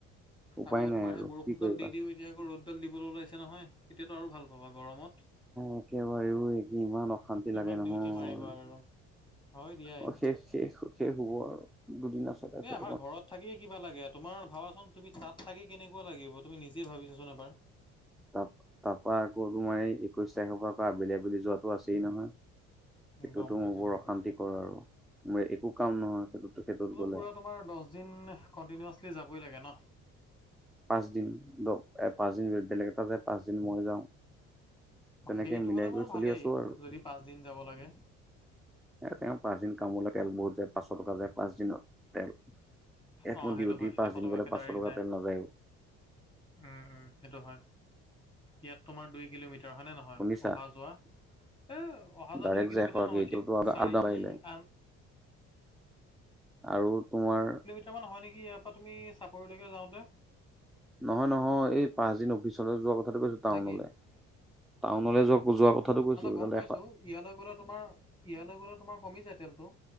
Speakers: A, in the centre; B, on the left (about 15°).
A: উপায়
B: আকৌ
A: নাই
B: তোমাৰ
A: আৰু
B: সেই বৰষুণডাল
A: কি কৰিবা।
B: দি দিওঁ এতিয়া আকৌ ৰ'দ তেল দিবলৈ ওলাইছে নহয় এতিয়াতো আৰু ভাল পাবা গৰমত।
A: একেবাৰেও ইমান অশান্তি
B: কিমান
A: লাগে
B: ডিউটি
A: নহয়
B: মাৰিবা আৰু হয় দিয়াই
A: অ', শেষ, শেষ, শেষ হ'বৰ দুদিনা
B: এই
A: <unintelligible>
B: আমাৰ ঘৰত থাকিয়ে কিবা লাগে তোমাৰ ভাবাচোন তুমি তাত থাকি কেনেকুৱা লাগিব তুমি নিজে ভাবিছাচোন এবাৰ।
A: ত তাৰ পৰাৰা আকৌ তোমাৰ এই একৈশ তাৰিখৰ পৰা আবেলি আবেলি যোৱাতটো আছেই নহয়। সেইটোতো
B: গম পাইছোঁ
A: মোৰ বৰ
B: গম
A: অশান্তি
B: পাইছোঁ
A: কৰ আৰু ম একো কাম নহয় সেইটোতো খেইটোত গ'লে।
B: পূৰা তোমাৰ দহ দিন কণ্টিনিউাচলি যাবই লাগে ন।
A: পাঁচদিন দ পাঁচদিন বেলেগ এটা যায় পাঁচদিন মই যাওঁ। তেনেকে
B: সেইটো
A: মিলাই
B: হ'লে বাৰু
A: কৰি
B: ভালেই
A: চলি আছো আৰু
B: যদি পাঁচদিন যাব লাগে।
A: এ তেওঁ পাঁচ দিন কামো তেল বহুত যায় পাঁচশ টকা যায় পাঁচ দিনত তেল। এ
B: অঁ
A: মোৰ
B: সেইটো
A: দি উঠি
B: হয়
A: পাঁচ
B: এশ
A: দিন
B: টকাকৈ
A: গ'লে পাঁচশ
B: ডাইৰেক্ট
A: টকা
B: যায়
A: তেল নাযায়ও।
B: উম সেইটো হয়। ইয়াত তোমাৰ দুই কিলোমিটাৰ হয়নে নহয়
A: শুনিছা
B: অহা যোৱা? এ অহা যোৱা
A: ডাইৰেক্ট
B: দুই কিলোমিটাৰ
A: যায় এশকে
B: নহয়
A: এতিয়াতো
B: ঠিক চাৰি
A: আদা বাঢ়িলে
B: আন
A: আৰু তোমাৰ
B: কেইটামান হয় নেকি ইয়াৰ পৰা তমি চাপৰিলৈকে যওঁতে।
A: নহয় নহয় এই পাঁচদিন অফিচলৈ যোৱা কথাটো কৈছো টাউনলৈ।
B: নেকি
A: টাউনলৈ যোৱা যোৱা কথাটো কৈছো
B: গম পাইছো
A: এশ
B: ইয়ালৈ গ'লে তোমাৰ, ইয়ালৈ গ'লে তোমাৰ কমি যায় তেলটো।